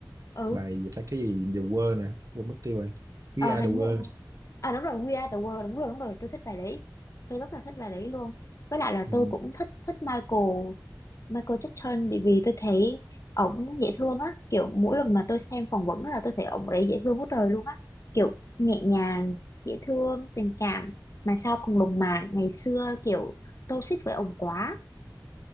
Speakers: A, on the left; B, on the right.
A: ừ
B: bài gì ta cái gì The World nè quên mất tiêu rồi We
A: ờ,
B: Are
A: hình
B: The World
A: như à đúng rồi We Are the World đúng rồi đúng rồi tôi thích bài đấy tôi rất là thích bài đấy luôn với lại là
B: ừ,
A: tôi cũng thích thích Michael Michael Jackson bởi vì tôi thấy ổng dễ thương á kiểu mỗi lần mà tôi xem phỏng vấn á là tôi thấy ổng đấy dễ thương hết trời luôn á kiểu nhẹ nhàng dễ thương tình cảm mà sao còn lùng màng ngày xưa kiểu tôi xích với ổng quá